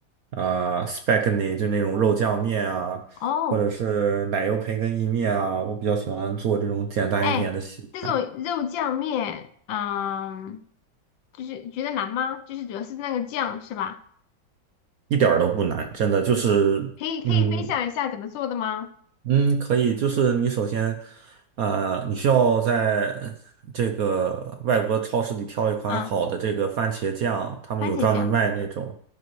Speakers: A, on the right (about 65°); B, on the left (about 75°).
A: 啊、spaghetti，就那种肉酱面啊，
B: 哦，
A: 或者是奶油培根意面啊，我比较喜欢做这种简单一点的西餐，
B: 哎，这种肉酱面，嗯，就是觉得难吗？就是主要是那个酱是吧？
A: 一点儿都不难，真的就是嗯。
B: 可以可以分享一下怎么做的吗？
A: 嗯，可以，就是你首先，呃，你需要在这个外国超市里挑一款好的这个番茄酱，
B: 啊，
A: 他们有专门卖那种，
B: 番茄酱，